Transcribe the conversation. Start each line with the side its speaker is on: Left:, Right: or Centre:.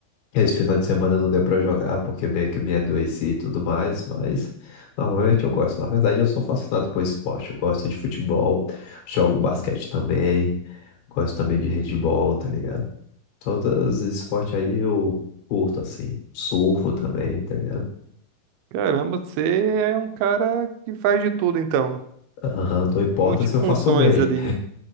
Left: Esse final de semana não deu pra jogar porque meio que me adoeci e tudo mais, mas normalmente eu gosto. Na verdade, eu sou fascinado por esporte. Eu gosto de futebol, jogo basquete também, gosto também de handebol, tá ligado? Todos os esportes aí eu curto, assim. Surfo também, tá ligado?
Right: Caramba, você é um cara que faz de tudo, então.
Left: Aham, não importa
Right: Multifunções
Left: se eu faço bem.
Right: ali.